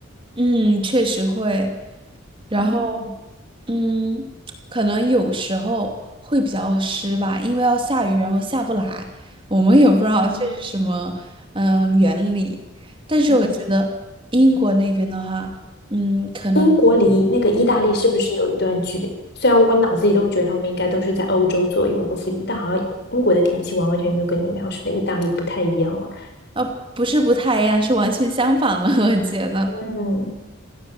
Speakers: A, on the right; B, on the left.
A: 嗯，确实会。然后，
B: 嗯
A: 嗯，可能有时候会比较湿吧，因为要下雨，然后下不来，我们也不知道这是什么，
B: 嗯
A: 嗯，原理。但是我觉得英国那边的话，
B: 嗯。
A: 嗯，可能，
B: 英国离那个意大利是不是有一段距离？虽然我脑子里都觉得他们应该都是在欧洲左右的附近，但好像英国的天气完完全全就跟你描述的意大利不太一样了。
A: 呃，不是不太一样，是完全相反了，我觉得。
B: 嗯，